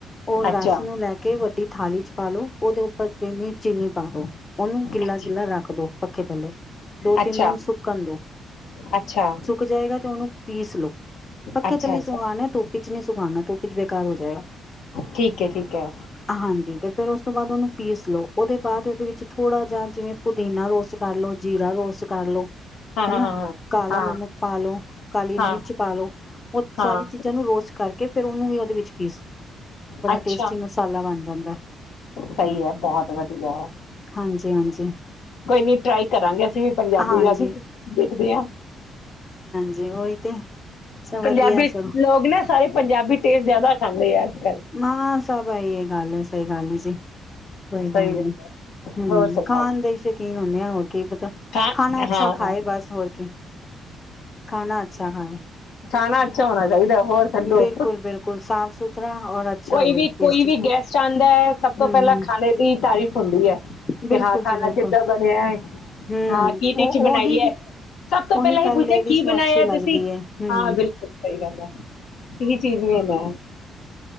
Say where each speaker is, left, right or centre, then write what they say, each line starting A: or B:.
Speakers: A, on the left; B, on the left.
A: ਉਹ
B: ਅੱਛਾ
A: ਰਸ ਨੂੰ ਲੈ ਕੇ ਵੱਡੀ ਥਾਲੀ ਚ ਪਾਲੋ। ਉਹਦੇ ਉੱਪਰ <unintelligible> ਚੀਨੀ ਪਾਦੋ ਉਨੂੰ ਗਿੱਲਾ-
B: ਅੱਛਾ
A: ਗਿੱਲਾ ਰੱਖ ਦੋ, ਪੱਖੇ ਥੱਲੇ ਦੋ
B: ਅੱਛਾ
A: -ਤਿੰਨ ਦਿਨ ਸੁੱਕਣ ਦੋ,
B: ਅੱਛਾ
A: ਸੁੱਕ ਜਾਏਗਾ ਤੇ ਉਹਨੂੰ ਪੀਸ ਲੋ। ਪੱਖੇ
B: ਅੱਛਾ
A: ਥੱਲੇ ਸੁਕਨਾ ਹੈ ਧੁੱਪ ਪਿਚ ਨਹੀਂ ਸੁਖਾਨਾ ਤੁਪ ਵਿੱਚ ਬੇਕਾਰ ਹੋ ਜਾਏਗਾ।
B: ਠੀਕ ਹੈ, ਠੀਕ ਹੈ।
A: ਹਾਂਜੀ ਤੇ ਫੇਰ ਉਸ ਤੋਂ ਬਾਅਦ ਉਹਨੂੰ ਪੀਸ ਲੋਓ। ਉਹਦੇ ਬਾਅਦ ਵਿੱਚ ਥੋੜਾ ਜਾ ਜਿਵੇਂ ਪੁਦੀਨਾ ਰੋਸਟ ਕਰ ਲੋ, ਜੀਰਾ ਰੋਸਟ ਕਰ ਲੋ
B: ਹਾਂ ਹਾਂ
A: ਹਨਾ। ਕਾਲਾ
B: ਹਾਂ
A: ਨਮਕ
B: ਹਾਂ
A: ਪਾ ਲੋ, ਕਾਲੀ
B: ਹਾਂ
A: ਮਿਰਚ ਪਾ ਲਓ। ਉਹ
B: ਹਾਂ
A: ਸਾਰੀ
B: ਹਾਂ
A: ਚੀਜ਼ਾਂ ਨੂੰ ਰੋਸਟ ਕਰਕੇ ਫੇਰ ਉਹਨੂੰ ਵੀ ਉਹਦੇ ਵਿੱਚ <inaudible>
B: ਅੱਛਾ।
A: ਟੇਸਟੀ ਮਸਾਲਾ ਬਣ ਜਾਂਦਾ
B: ਸਹੀ ਹੈ, ਬਹੁਤ ਵਧੀਆ
A: ਹਾਂਜੀ ਹਾਂਜੀ
B: ਕੋਈ ਨੀ ਟਰਾਈ ਕਰਾਂਗੇ। ਅਸੀਂ ਵੀ ਪੰਜਾਬੀ
A: ਹਾਂਜੀ
B: ਆ ਦੇਖਦੇ ਹਾਂ
A: ਜੀ, ਓਈ ਤੇ ਸਭ
B: ਪੰਜਾਬੀ
A: ਵਧੀਆ ਸਭ
B: ਲੋਕ ਨਾ, ਸਾਰੇ ਪੰਜਾਬੀ ਟੇਸਟ ਜ਼ਿਆਦਾ ਅੰ <inaudible>
A: ਮਾਂ ਸਭਾਈ ਗੱਲ ਏ, ਸਹੀ ਗੱਲ ਹੈ ਜੀ। ਕੋਈ
B: ਸਹੀ
A: ਗੱਲ ਨੀ।
B: ਹੈ
A: ਹਮ,
B: ਹੋਰ ਸੁਣਾਓ
A: ਖਾਣ ਦੇ ਹੀ ਸ਼ੌਕੀਨ ਹੁੰਦੇ ਆ ਹੁਣ ਕੀ ਪਤਾ
B: ਖਾ
A: ਖਾਣਾ ਅੱਛਾ
B: ਹਾਂ ਹਾਂ
A: ਖਾਏ ਬਸ ਹੋਰ ਕੀ ਖਾਣਾ ਅੱਛਾ ਖਾਏ
B: ਖਾਣਾ ਅੱਛਾ ਹੋਣਾ ਚਾਹੀਦਾ ਹੋਰ ਛਦੋ
A: ਬਿਲਕੁਲ ਬਿਲਕੁਲ ਸਾਫ਼ ਸੁਥਰਾ ਔਰ ਅੱਛਾ
B: ਕੋਈ
A: ਹੋਵੇ
B: ਵੀ
A: ਟੇਸਟੀ
B: ਕੋਈ ਵੀ ਗੈਸਟ ਆਉਂਦਾ ਹੈ ਸਭ ਤੋਂ
A: ਹੂੰ
B: ਪਹਿਲਾਂ
A: ਹੂੰ
B: ਖਾਣੇ ਦੀ ਤਾਰੀਫ਼ ਹੁੰਦੀ ਹੈ
A: ਬਿਲਕੁਲ
B: ਕਿ ਹਾਂ ਖਾਣਾ
A: ਜੀ ਬਿਲਕੁਲ
B: ਕਿੱਦਾਂ ਬਣਿਆ ਹੈ
A: ਹੂੰ
B: ਹਾਂ ਕੀ ਡਿਸ਼
A: ਉਹ
B: ਬਣਾਈ
A: ਉਹੀ
B: ਹੈ ਸਭ ਤੋਂ
A: ਉਹੀ
B: ਪਹਿਲਾਂ ਇਹ
A: ਗੱਲ
B: ਪੁੱਛਿਆ
A: ਲੇਡੀਜ਼
B: ਕੀ
A: ਨੂੰ
B: ਬਣਾਇਆ
A: ਅੱਛੀ ਲੱਗਦੀ
B: ਤੁਸੀਂ
A: ਹੈ ਹੂੰ
B: ਹਾਂ ਬਿਲਕੁਲ ਸਹੀ ਗੱਲ ਹੈ ਚਿਰਨ ਦਾ